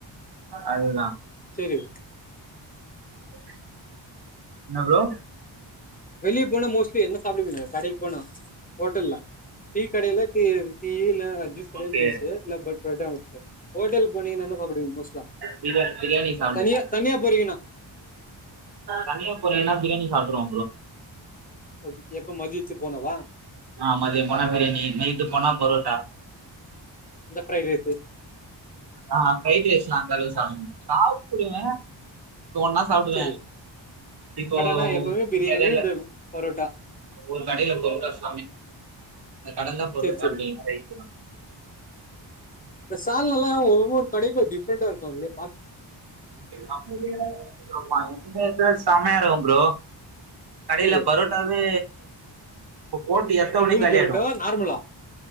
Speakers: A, on the right; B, on the left.
A: அதுதா
B: சேரி
A: <inaudible> என்ன ப்ரோ
B: வெளிய போனா மோஸ்லி என்ன சாப்பிடுவீங்க கடைக் போனா ஓட்டல்ல டீ கடையில் டீ டீ இல்ல ஜூஸ் கடையில
A: ஓகே
B: ஜூஸ் இல்ல ப்ரட் ஹோட்டலுக் போனீங்கின்னா என்ன சாப்பிடுவீங்க புஸ்ட்லா
A: பிரியா பிரியாணி சாப்டுவோ
B: தனியா தனியா போறீங்கின்னா
A: தனியா போரிங்கின்னா பிரியாணி சாப்பறோ
B: எப் எப்ப மதியத்துக்கு போனவா
A: ஆ மதியோ போனா பிரியாணி நைட்டு போனா புரோட்டா
B: இந்த ஃப்ரைட் ரைஸு
A: ஆ கை தேஸ்னா கழுவு <unintelligible> சாப்புடுவே தோண்னா சாப்ட்டுவே
B: சரி
A: இப்போ
B: பட் ஆனா எப்பவுமே
A: உங்க
B: பிரியாணி
A: ஏரியால
B: இந்த பரோட்டா
A: ஒரு கடையில புரோட்டா சாப் கடந்தா புரோட்டா
B: சேரி சேரி
A: அப்டின்னா வெயிட்டு தா
B: இந்த சால்னால்லா ஒவ்வொரு கடைக்கு டிஃப்ரெண்டாருக்குல்ல
A: ஆமா இந்த இதுல செமையாருக்கு ப்ரோ கடையில
B: சரி
A: பரோட்டாவே இப்போ போட்டு எத்தன
B: இந்த
A: மணிக்
B: நூல்
A: காலியாயிடு
B: பரோட்டா நார்மலா